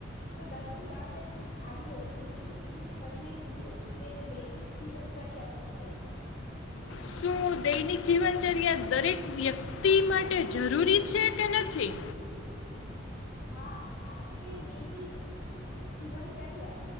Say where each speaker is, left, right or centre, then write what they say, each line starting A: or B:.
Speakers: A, on the left; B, on the left.
A: તો દરરોજ આપણે જે કાર્યો નિયમિત રીતે કરીએ છીએ તેને દૈનિક જીવનચર્યા કહેવાય છે.
B: શું દૈનિક જીવનચર્યા દરેક વ્યક્તિ માટે જરૂરી છે કે નથી.
A: હા કારણ કે નિયમિત જીવનચર્યા